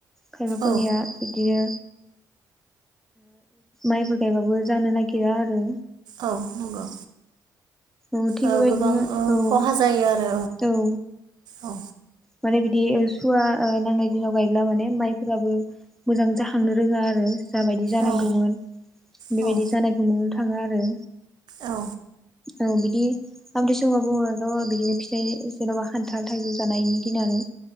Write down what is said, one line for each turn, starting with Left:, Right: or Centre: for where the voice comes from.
Centre: खायबाफोरनिया
Right: औ
Centre: बिदिनो माइफोर गायबाबो जानो नागिर गिरा आरो।
Right: औ नंगौ
Centre: औ थिग
Right: ओ
Centre: बेबायदिमोन
Right: गोबां ओ
Centre: औ
Right: खहा जायो आरो
Centre: औ
Right: औ
Centre: माने बिदि सुवा नांनाय दिनाव गायब्ला माने माइफोराबो मोजां जाखांनो रोङा आरो। जाबायदि जानांगौमोन
Right: औ औ
Centre: बेबायदि जानायखौ नुनो थाङो आरो।
Right: औ।
Centre: औ बिदि आमथिसुवा बुङो बिदिनो फिथाइ जेन'बा खान्थाल थाइजौ जानायनि